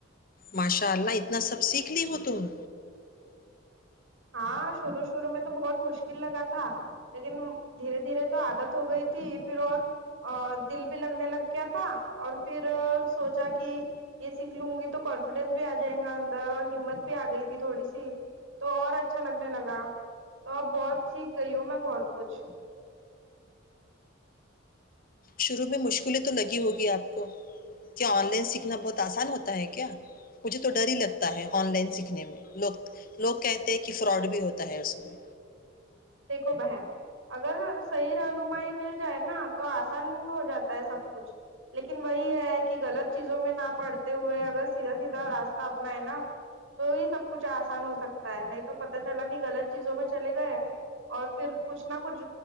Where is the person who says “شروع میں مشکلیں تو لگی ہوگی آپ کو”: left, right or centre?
Left